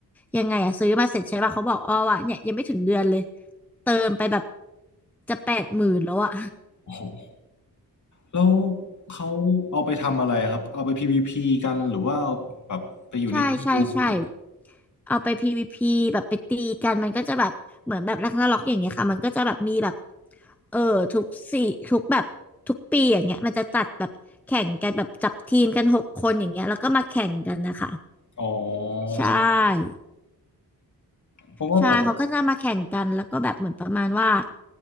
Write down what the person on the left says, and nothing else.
โหแล้วเขาเอาไปทำอะไรครับเอาไป PVP กันหรือว่าเอาแบบไปอยู่ในกิลด์เหรอ
อ๋อ
เพราะว่าผม